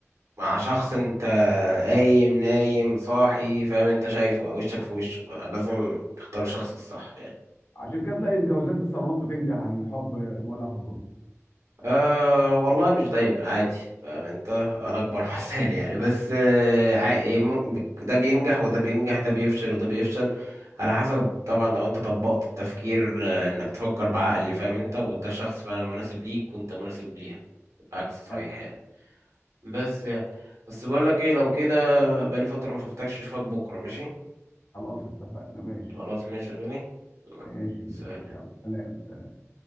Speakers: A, on the right (about 85°); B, on the left (about 70°).
A: مع شخص انت قايم نايم صاحي فاهم انت شايفه وشك في وشه فلازم تختار الشخص الصح يعني
B: عشان كده تلاقي الجوازات الصالونات بتنجح عن الحب مولع في الجو
A: أه والله مش دايما عادي فاهم انت انا اكبر <laughs> مثال يعني بس آه، عا- مم- ده بينجح وده بينجح ده بيفشل وده بيفشل على حسب
B: آه،
A: طبعا لو انت طبقت التفكير آه، انك تفكر بعقل فاهم انت وده الشخص فعلا مناسب ليك وانت مناسب ليها العكس صحيح
B: أيوة.
A: يعني بس يعني بس بقول لك ايه لو كده بقالي فترة ما شفتكش اشوفك بكرة ماشي
B: خلاص اتفقنا ماشي
A: خلاص ماشي يا غالي
B: ماشي ماشي
A: سلام
B: يلا سلام سلام